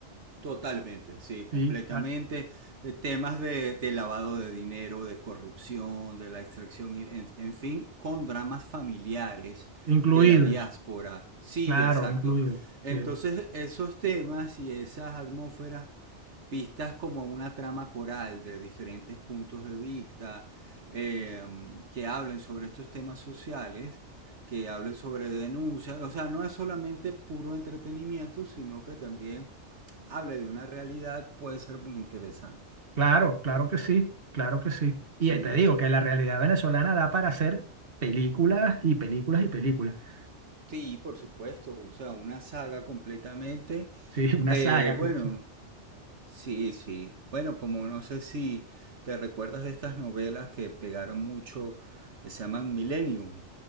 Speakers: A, on the right (about 75°); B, on the right (about 55°).
A: Totalmente, sí, completamente.
B: Sí, da-
A: Eh, temas de, de lavado de dinero, de corrupción, de la extracción, y- en, en fin, con dramas familiares
B: incluidos.
A: de la diáspora. Sí,
B: Claro,
A: exacto.
B: incluido.
A: Entonces,
B: Sí.
A: esos temas y esas atmósferas pistas como una trama coral de diferentes puntos de vista eh, que hablen sobre estos temas sociales, que hablen sobre denuncias, o sea, no es solamente puro entretenimiento, sino que también hable de una realidad, puede ser muy interesante.
B: Claro, claro que sí, claro que sí. Y
A: Sí.
B: ahí te digo que la realidad venezolana da para hacer películas y películas y películas. <laughs>
A: Sí, por supuesto, o sea, una saga completamente.
B: Sí, una
A: Eh,
B: saga,
A: bueno,
B: como se-
A: Sí, sí. Bueno, como no sé si te recuerdas de estas novelas que pegaron mucho, que se llaman Millennium,